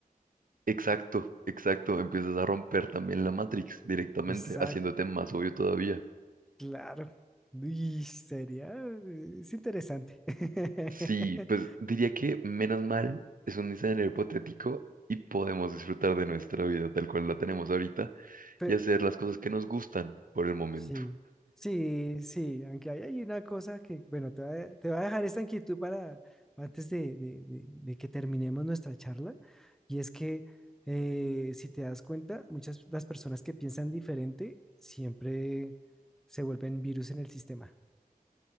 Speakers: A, on the right; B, in the centre.
A: Exacto, exacto, empiezas a romper también la Matrix directamente,
B: Exacto,
A: haciéndote más obvio todavía.
B: claro. Y sería, eh, es interesante. <laughs>
A: Sí, pues diría que menos mal es un escenario hipotético y podemos disfrutar de nuestra vida tal cual la tenemos ahorita
B: Pero,
A: y hacer las cosas que nos gustan por el momento.
B: Sí, sí, sí, aunque hay, hay una cosa que, bueno, te va, a- te va a dejar esta inquietud para antes de, de- de- de que terminemos nuestra charla, y es que eh, si te das cuenta, muchas las personas que piensan diferente siempre se vuelven virus en el sistema.